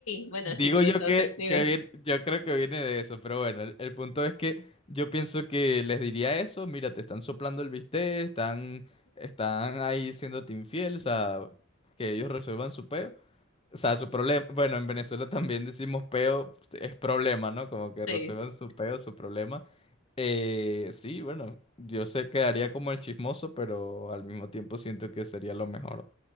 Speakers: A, on the left; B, on the left.
A: Bueno,
B: Digo
A: sí tiene
B: yo
A: todo
B: que,
A: sentido.
B: que viene- yo creo que viene de eso, pero bueno, el, el punto es que yo pienso que les diría eso, mira, te están soplando el bistec, están, están ahí siéndote infiel, o sea, que ellos resuelvan su peo. O sea, su problema, bueno, en Venezuela también decimos peo, es problema, ¿no? Como que
A: Sí.
B: resuelvan su peo, su problema. Eh, sí, bueno, yo sé quedaría como el chismoso, pero al mismo tiempo siento que sería lo mejor.